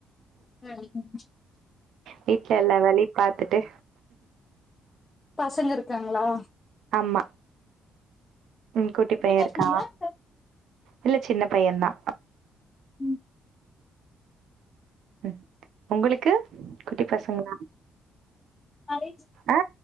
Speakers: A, on the left; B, on the right.
A: ம்
B: வீட்ல எல்லா வேலையு பாத்துட் டு
A: பசங்க இருக்காங்களா
B: ஆமா உம் குட்டி பைய
A: பசங்களா
B: இருக்கா
A: இல்ல
B: இல்ல சின்ன பைய தா
A: ம்
B: ம் உங்களுக்கு குட்டி பசங்களா
A: அரேஞ்சு
B: ஆ